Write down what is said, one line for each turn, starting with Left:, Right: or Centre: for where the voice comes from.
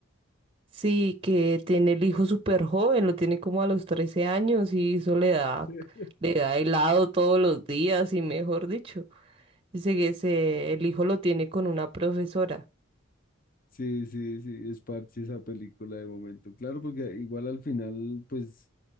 Right: sí, que tiene el hijo súper joven, lo tiene como a los 13 años y eso le da,
Left: <laughs>
Right: le da helado todos los días y mejor dicho. Dice que ese, el hijo lo tiene con una profesora.
Left: Sí, sí, sí, es parte esa película de momento. Claro, porque igual al final, pues